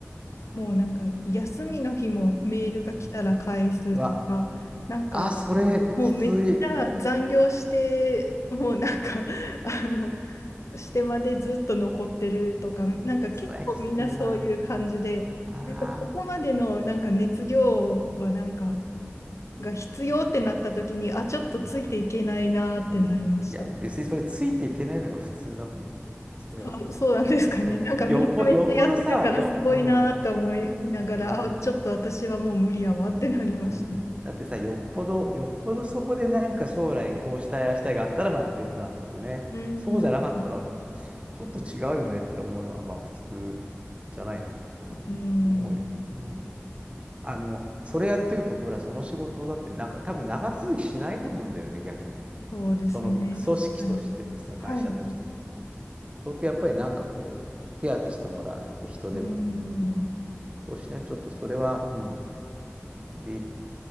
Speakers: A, on the left; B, on the right.
A: もうなんか休みの日もメールが来たら返すとか、
B: うん。うわ。
A: なんか、
B: あ、それ、
A: もうめっちゃ残業して、
B: きつい。
A: もうなんか <laughs> あの、してまでずっと残ってるとか、なんか結構みんなそういう感じで、
B: それ、きついな。ああ。
A: なんかそこまでのなんか熱量はなんか、が必要ってなった時に、あ、ちょっとついていけないなーってなりました。
B: うん。うん。いや、別にそれ、ついていけないのが普通だと思う。それは。
A: そう、そうなんですかね。
B: そう。
A: なんかみんなめっちゃやってるからすごいなーって思いながら、
B: よっぽ、よっぽどさ、よ、うん。うん。
A: あ、ちょっと私はもう無理やわってなりました。
B: うん、だってさ、よっぽど、よっぽどそこでなんか将来こうしたい、ああしたいがあったらまあ別なんだけどね。
A: うん。
B: そうじゃなかったら、ちょっと違うよねって思うのはまあ普通じゃないのうん、
A: うん。
B: そう思うよ。うん。あの、それやってると、ほら、その仕事だってなんか多分長続きしないと思うんだよね、逆に。
A: そうですね、
B: その組織としてもさ、
A: 確かに。
B: 会社としてもさ。
A: はい、はい、は
B: 相当やっぱりなんかこう、手当てしてもらわないと人でもなんでもさ。
A: い。うん、
B: そしてね、ちょっとそれは、うん。で